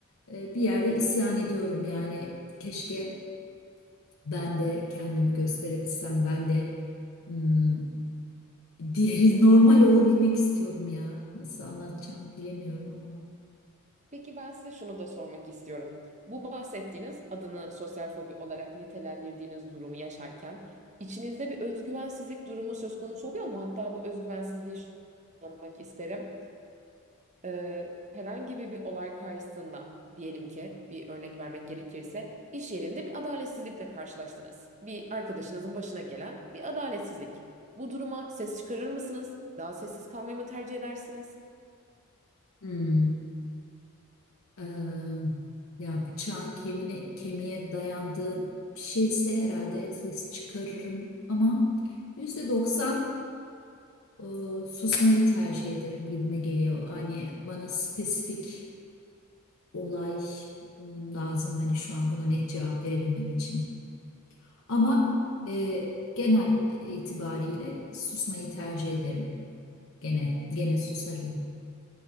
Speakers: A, on the left; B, on the right.
A: e, bir yerde isyan ediyorum yani. Keşke ben de kendimi gösterebilsem. Ben de hmm, diğeri <laughs> normal olabilmek istiyorum ya. Nasıl anlatacağım bilemiyorum ama.
B: Peki ben size şunu da sormak istiyorum. Bu bahsettiğiniz adını sosyal fobi olarak nitelendirdiğiniz durumu yaşarken içinizde bir özgüvensizlik durumu söz konusu oluyor mu? Hatta bu özgüvensizliği şu- anlamak isterim. Ee, herhangi bir, bir olay karşısında diyelim ki bir örnek vermek gerekirse iş yerinde bir adaletsizlikle karşılaştınız. Bir arkadaşınızın başına gelen bir adaletsizlik. Bu duruma ses çıkarır mısınız? Daha sessiz kalmayı mı tercih edersiniz?
A: Hmm, e, ya bıçağın kemiğine, kemiğe dayandığı bir şeyse herhalde ses çıkarırım ama %90 e, susmayı tercih ederim gibime geliyor. Hani bana spesifik olay m, lazım hani şu an buna net cevap verebilmem için. Ama e, genel itibariyle susmayı tercih ederim. Gene gene susarım.